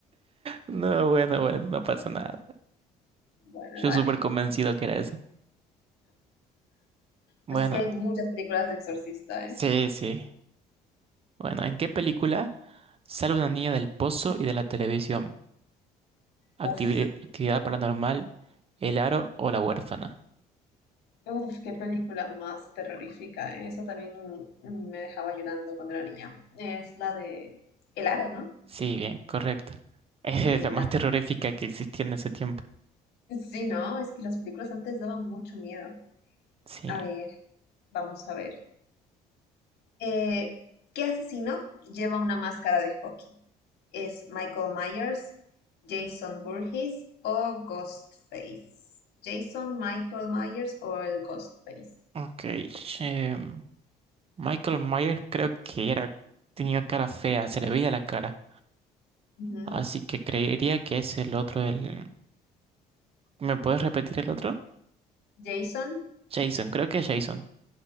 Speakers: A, on the right; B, on the left.
A: No, bueno, bueno, no pasa nada.
B: Bueno,
A: Yo
B: dale.
A: súper convencido que era eso. Bueno,
B: Pues es que hay muchas películas de Exorcista,
A: sí,
B: ¿eh?
A: sí. Bueno, ¿en qué película sale una niña del pozo y de la televisión? Activi-
B: Uf,
A: actividad paranormal, El Aro o La Huérfana.
B: uf, qué película más terrorífica, ¿eh? Esa también me dejaba llorando cuando era niña. Es la de El Aro, ¿no?
A: Sí, bien, correcto. <laughs> Es
B: El
A: la más
B: Aro.
A: terrorífica que existía en ese tiempo.
B: Sí, no, es que las películas antes daban mucho miedo.
A: Sí.
B: A ver, vamos a ver. Eh, ¿qué asesino lleva una máscara de hockey? ¿Es Michael Myers, Jason Voorhees o Ghostface? Jason, Michael Myers o el Ghostface.
A: Ok. em, Michael Myers creo que era, tenía cara fea, se le veía la cara.
B: Ujú.
A: Así que creería que es el otro, el... ¿Me puedes repetir el otro?
B: Jason,
A: Jason, creo que es Jason.